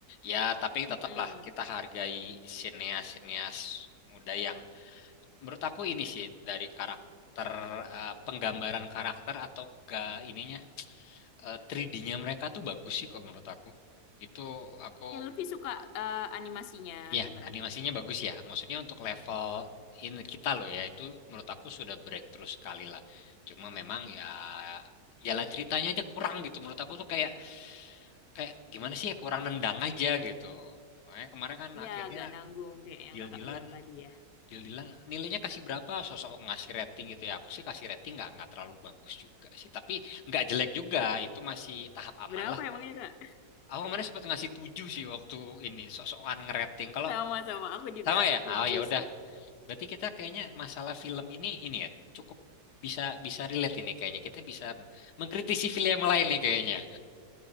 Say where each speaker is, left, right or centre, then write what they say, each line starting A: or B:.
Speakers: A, on the left (about 85°); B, on the left (about 70°).
A: Ya, tapi
B: Mm-mm.
A: tetaplah kita hargai sineas-sineas muda yang menurut aku ini sih dari karakter eh, penggambaran karakter atau ke ininya eh, 3D-nya mereka tuh bagus sih kok menurut aku. Itu aku
B: Ya Lutfi suka eh, animasinya,
A: ya,
B: gambar
A: animasinya
B: animasinya.
A: bagus ya. Maksudnya untuk level ini kita loh ya itu menurut aku sudah breakthrough sekali lah. Cuma memang ya jalan ceritanya aja kurang gitu menurut aku tuh kayak kayak gimana sih ya kurang nendang aja gitu. Makanya kemarin kan
B: Ya
A: akhirnya
B: agak nanggung kayak yang
A: deal-dealan
B: Kakak bilang tadi ya.
A: deal-dealan nilainya kasih berapa sosok ngasih rating gitu ya. Aku sih kasih rating nggak nggak terlalu bagus juga sih, tapi nggak jelek juga. Itu masih tahap aman
B: Berapa
A: lah
B: emangnya
A: kalau
B: Kak?
A: Aku kemarin sempat ngasih 7 sih waktu ini sosokan ngerating.
B: <laughs>
A: Kalau
B: Sama-sama, aku juga
A: sama ya,
B: tujuh
A: oh ya udah.
B: sih.
A: Berarti kita kayaknya masalah film ini ini ya cukup bisa bisa relate ini kayaknya. Kita bisa mengkritisi film yang lain nih kayaknya.